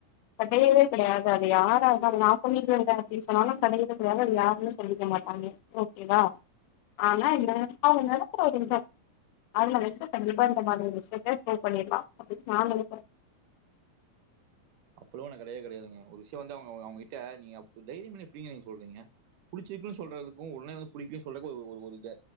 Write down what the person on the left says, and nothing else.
கெடையவே கெடையாது அது யாரா நா சொல்லிக்கேங்க அப்பிடின் சொன்னாலு கடையவே யாரும்மே சொல்லிக்க மாட்டாங்க ஓகேவா ஆனா எகிட்ட அவுங்க நெனைக்கற ஒரு அவள வச்சி கண்டிப்பா இந்த மாதிரி ஒரு விஷயத்தை ட்ரை பண்ணிர்லா அப்பிடி நா நெனைக்கறே